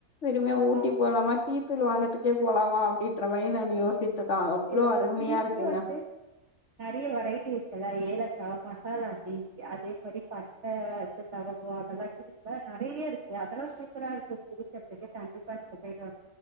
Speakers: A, on the left; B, on the right.
A: திரும்மியு ஊட்டி
B: ஆ
A: போலாம டீ தூள் வாங்கற்துக்கே போலாமா அப்டின்ற மாரி நா யோசிட்ருக்கே அவ்வளோ
B: இல்ல
A: அருமையா
B: டீலே
A: இருக்குங்க
B: வந்து நெறைய வெரைட்டி இருக்குல்ல ஏலக்கா மசாலாட்டீ அதே மாரி பட்ட ச்ச லவங்கோ அதெல்லா டீல நறைய இருக்கு அதெல்லா சூப்பரா இருக்கு குடிக்கற்துக்கு கண்டிப்பா நீங்க போய்ட்டு